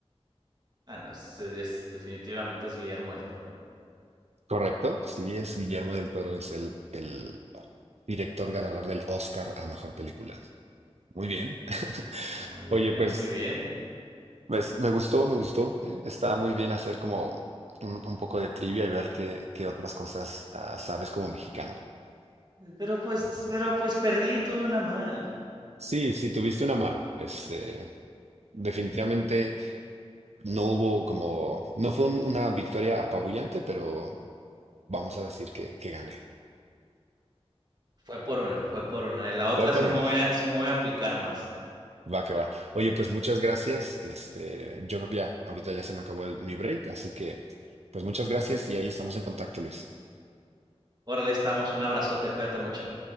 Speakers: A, on the right; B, on the right.
A: Ah, no, es, es- es, definitivamente es Guillermo del Toro.
B: Correcto. Sí, es Guillermo del Toro, es el, el director ganador del Oscar a mejor película. Muy bien.
A: Muy
B: Oye,
A: bien,
B: pues
A: muy bien.
B: pues, me gustó, me gustó. ¿eh? Está muy bien hacer como un, un poco de trivia y ver qué, qué otras cosas ah, sabes como mexicano.
A: Pero pues, pero pues perdí, tuve una mal.
B: Sí, sí, tuviste una mano. Este, definitivamente no hubo como, no fue un- una victoria apabullante, pero vamos a decir que, que gané.
A: Fue por una, fue por una. Y la otra
B: Fue por
A: sí
B: una.
A: me voy a, sí me voy a aplicar más.
B: Va que va. Oye, pues muchas gracias. Este, yo creo que ya, ahorita ya se me acabó el- mi break, así que pues muchas gracias y ahí estamos en contacto, Luis.
A: Órale, estamos. Un abrazote, cuídate mucho.